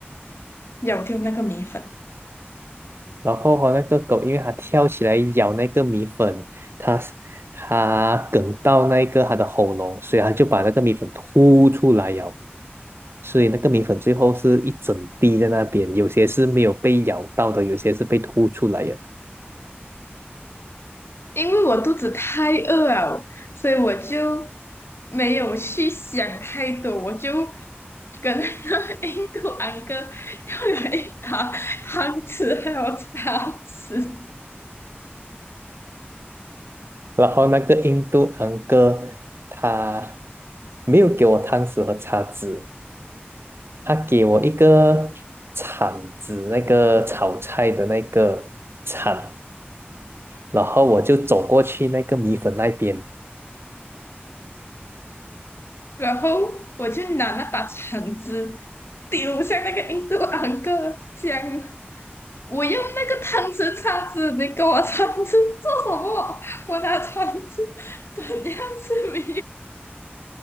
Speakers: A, on the left; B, on the right.
A: 咬掉那个米粉。
B: 然后哦那个狗因为它跳起来咬那个米粉，它它哽到那个它的喉咙，所以它就把那个米粉吐出来咬，所以那个米粉最后是一整滴在那边，有些是没有被咬到的，有些是被吐出来的。
A: 因为我肚子太饿了，所以我就没有去想太多，我就跟那个 <laughs> 印度安哥要了一把汤匙还有叉匙，
B: 然后那个印度昂哥他没有给我汤匙和叉子，他给我一个铲子，那个炒菜的那个铲，然后我就走过去那个米粉那边，
A: 然后我就拿那把铲子丢向那个印度安哥，讲我用那个汤匙叉子，你给我铲子做什么？我拿铲子 <laughs> 怎样是没